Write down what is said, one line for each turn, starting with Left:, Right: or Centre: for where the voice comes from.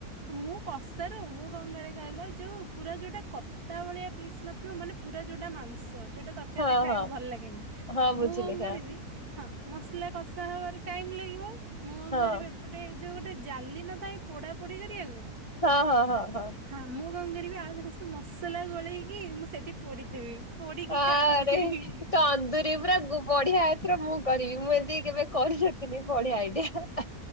Right: ମୁଁ କଷାରୁ ମୁଁ କଣକରେ କହିଲ ଯୋଉ ପୁରା ଯୋଉଟା କ ତା ଭଳିଆ ପିସ୍ ନଥିବ ମାନେ ପୁରା ଯୋଟା ମାଂ ସ ଯୋଉଟା ତରକାରୀରେ
Left: ହଁ
Right: ଖାଇବାକୁ
Left: ହଁ
Right: ଭଲ ଲାଗେନି
Left: ହଁ ବୁଝିଲି
Right: ମୁଁ କଣ
Left: ହଁ
Right: କରିବି ହଁ ମସଲା କଷା ହବାରେ ଟାଇମ୍ ଲାଗିବ ମୁଁ କଣ
Left: ହଁ
Right: କରିବି ଏ ଗୋଟେ ଯୋଉ ଗୋଟେ ଜାଲି ନ ଥାଏ ପୋଡା ପୋଡି କରିବାକୁ।
Left: ହଁ, ହଁ, ହଁ, ହଁ।
Right: ହଁ ମୁଁ କଣ କରିବି ଆଉ ଥରେ ସବୁ ମସଲା ଗୋଳେଇକି ମୁଁ ସେଠି ପୋଡିଥିବି। ପୋଡିକି
Left: ଆରେ
Right: ଖାଉଥିବି।
Left: ତନ୍ଦୁରୀ ପୁରା ଗୁ ବଢିଆ ଏଥର ମୁଁ କରିବି ମୁଁ ଏମିତି କେବେ କରିନଥିଲି ବଢିଆ ଆଇଡିଆ।